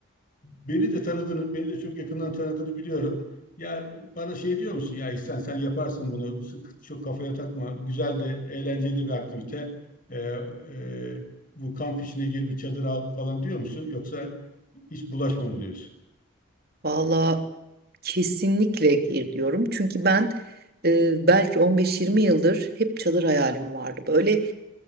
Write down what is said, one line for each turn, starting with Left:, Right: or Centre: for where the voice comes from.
Left: beni de tanıdığını, beni de çok yakından tanıdığını biliyorum. Ya bana şey diyor musun? Ya İhsan sen yaparsın bunu. Sık- Çok kafaya takma. Güzel de, eğlenceli de bir aktivite. E, e, bu kamp işine gir bir çadır al falan diyor musun? Yoksa hiç bulaşma mı diyorsun?
Right: Valla kesinlikle gir diyorum. Çünkü ben e, belki 15-20 yıldır hep çadır hayalim vardı. Böyle